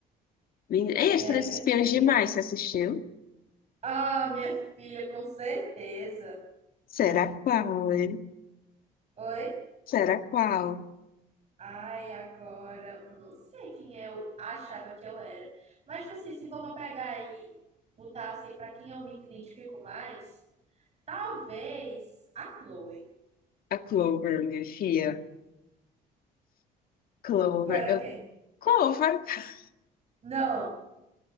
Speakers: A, on the left (about 60°); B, on the right (about 40°).
A: Lindo. Ei, As
B: é,
A: Três
B: minha
A: Espiãs
B: filha.
A: Demais, você assistiu?
B: Ah, minha filha, com certeza.
A: Será qual, hein?
B: Oi?
A: Será qual?
B: Ai, agora, eu não sei quem eu achava que eu era. Mas, tipo assim, se for pra pegar e botar assim, pra quem eu me identifico mais, talvez a Chloe.
A: A Clover, minha filha. Clover.
B: Tu era
A: Eu...
B: quem?
A: Clover. <laughs>
B: Não,